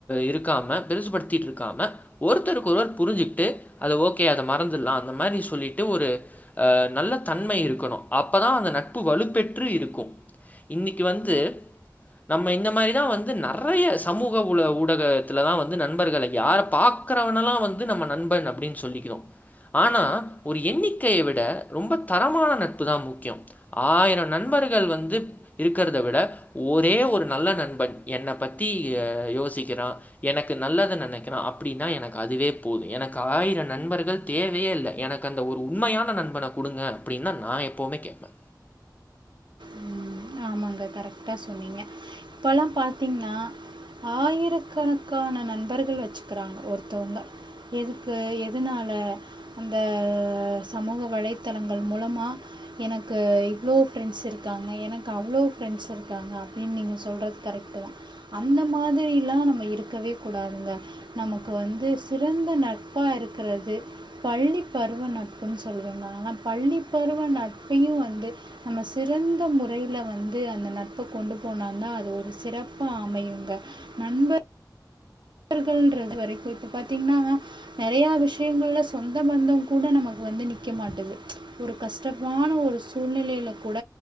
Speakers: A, on the left (about 20°); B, on the right (about 80°).
A: இருக்காம பெருசுபடுத்திட்ரு க்காம ஒருத்தொருக்கொருவர் புரிஞ்சிக்ட்டு அத ஓகே அத மறந்துர்லா அந்த மாரி சொல்லிட்டு ஒரு ஆ நல்ல தன்மை இருக்கணு அப்பதா அந்த நட்பு வலுப்பெற்று இருக்கு இன்னக்கி வந்து நம்ம இந்த மாரிதா வந்து நெறைய சமூக ஊடக ஊடகத்துலதா வந்து நண்பர்களை யார பாக்கறவனல்லா வந்து நம்ம நண்பன் அப்டின்னு சொல்லிக்கறோ. ஆனா ஒரு எண்ணிக்கைய விட ரொம்ப தரமான நட்புதா முக்கியோ. ஆயரோ நண்பர்கள் வந்து இருக்கிறத விட ஒரே ஒரு நல்ல நண்பன் என்ன பத்தி ஆ யோசிக்கிறா எனக்கு நல்லது நெனைக் கறா அப்டின்னா எனக்கு அதுவே போது. எனக்கு ஆயிர நண்பர்கள் தேவையே இல்ல. எனக்கு அந்த ஒரு உண்மையான நண்பன குடுங்க அப்டின்னு நா எப்புமே கேப்பே.
B: ம், ஆமாங்க கரெக்டா சொன்னீங்க. இப்பல்லா பாத்திங்ன்னா ஆயிரக்கணக்கான நண்பர்கள் வச்சுக்கிறாங்க ஒருத்தவங்க. எதுக்கு எதனால அந்த சமூக வலைத்தளங்கள் மூலமா எனக்கு இவ்ளோ ஃப்ரெண்ட்ஸ் இருக்காங்க எனக் கு அவ்ளோ ஃப்ரெண்ட்ஸ் இருக்காங்க அப்டின்னு நீங்க சொல்றது கரெக்டுதா அந்த மாதிரி எல்லா நம்ம இருக்கவே கூடாதுங்க. நமக்கு வந்து சிறந்த நட்பா இருக்கிறது பள்ளி பருவ நட்புன்னு சொல்லுவேங்க ஆனா பள்ளிப் பருவ நட்பையு வந்து நம்ம சிறந்த மு றையில வந்து அந்த நட்ப கொண்டு போனோன்னா அது ஒரு சிறப்பா அமையுங்க நண்பர் கள்ன்றது வரைக்கு இப்ப பாத்தீங்ன்னா நெறையா விஷயங்கள்ல சொந்த பந்தங் கூட நமக்கு வந்து நிக்க மாட்டுது ஒரு கஷ்டமான ஒரு சூழ்நிலையில கூட